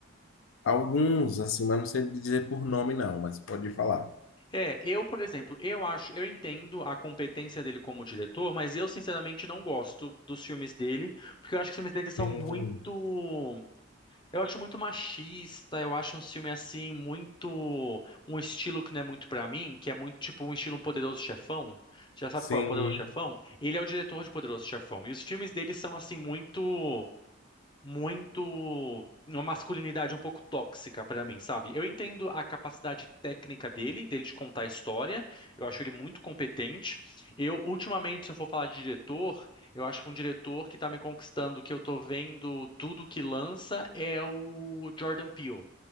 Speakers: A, on the left; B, on the left.
A: Alguns, assim, mas não sei dizer por nome, não, mas pode falar.
B: É, eu, por exemplo, eu acho, eu entendo a competência dele como diretor, mas eu sinceramente não gosto dos filmes dele, porque eu acho que os filmes dele são
A: Sim,
B: muito, eu acho muito machista, eu acho um filme assim muito um estilo que não é muito pra mim, que é muito tipo um estilo um Poderoso Chefão. Já sabe
A: sim,
B: qual é o Poderoso Chefão? Ele é o diretor de Poderoso Chefão. E os filmes dele são assim muito muito uma masculinidade um pouco tóxica pra mim, sabe? Eu entendo a capacidade técnica dele, dele de contar a história. Eu acho ele muito competente. Eu ultimamente, se eu for falar de diretor, eu acho que um diretor que tá me conquistando, que eu tô vendo tudo que lança é o Jordan Peele.